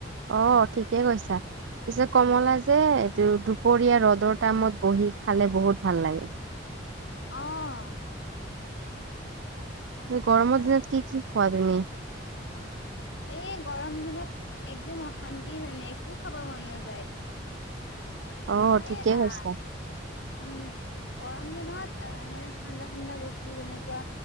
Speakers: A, on the right; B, on the left.
A: অ ঠিকে কৈছা পিছে কমলা যে দুপৰীয়া ৰ'দৰ টাইমত বহি খালে বহুত ভাল লাগে।
B: অ, অ,
A: গৰমৰ দিনত কি কি খোৱা তুমি?
B: এই গৰম দিনত একদম অশান্তি মানে একো খাব মন নাযায়।
A: অ',
B: মই
A: ঠিকে
B: আহ
A: কৈছা।
B: উম গৰম দিনত অ মানে ঠাণ্ডা ঠাণ্ডা বস্তু যেনেকুৱা